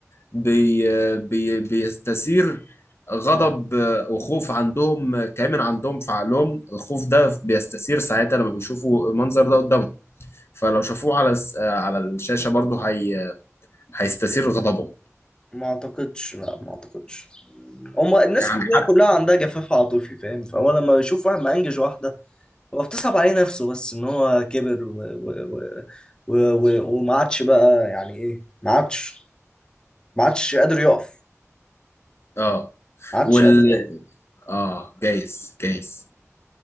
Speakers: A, on the left; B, on the left.
A: بي بي بيستثير غضب
B: اه
A: آه، وخوف عندهم آه، كامن عندهم في عقلهم الخوف ده
B: آه.
A: بيستثير ساعتها لما بيشوفوا المنظر ده قدامهم فلو شافوه على الس- آه، على الشاشة برضه هي هيستثير غضبهم
B: ما اعتقدش لا ما اعتقدش هما الناس
A: يعني
B: كتيرة
A: حتى
B: كلها عندها جفاف عاطفي فاهم فهو لما بيشوف واحد مأنجج واحدة هو بتصعب عليه نفسه بس ان هو كبر و... و... و... و... و... وما عادش بقى يعني ايه ما عادش ما عادش قادر يقف
A: اه
B: ما عادش
A: وال
B: قادر يقف
A: اه جايز جايز